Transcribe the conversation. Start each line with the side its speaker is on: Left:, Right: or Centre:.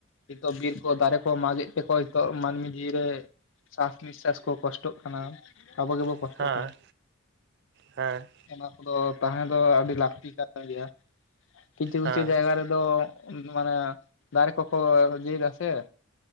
Left: ᱱᱤᱛᱚᱜ ᱵᱤᱨ ᱠᱚ ᱫᱟᱨᱮ ᱠᱚ ᱢᱟᱜᱮᱜ ᱛᱮᱠᱚ ᱦᱤᱛᱚᱜ ᱢᱟᱱᱢᱤ ᱤ-ᱨᱮ ᱥᱟᱥᱱᱤᱥᱥᱟᱥ ᱠᱚ ᱠᱚᱥᱴᱚᱜ ᱠᱟᱱᱟ ᱟᱵᱚ ᱜᱮᱵᱚ
Right: ᱦᱮᱸ
Left: ᱠᱚᱥᱴᱚᱜ ᱠᱟᱱᱟ
Right: ᱦᱮᱸ
Left: ᱚᱱᱟ ᱠᱚᱫᱚ ᱛᱟᱦᱮᱸ ᱫᱚ ᱟᱹᱰᱤ ᱞᱟᱠᱛᱤ ᱠᱟᱱ ᱜᱮᱭᱟ᱾ ᱠᱤᱪᱷᱩ
Right: ᱦᱮᱸ
Left: ᱠᱤᱪᱷᱩ ᱡᱟᱭᱜᱟ ᱨᱮ ᱫᱚ ᱢᱟᱱᱮ ᱫᱟᱨᱮ ᱠᱚᱠᱚ ᱤᱡᱟᱹᱭᱫᱟ ᱥᱮ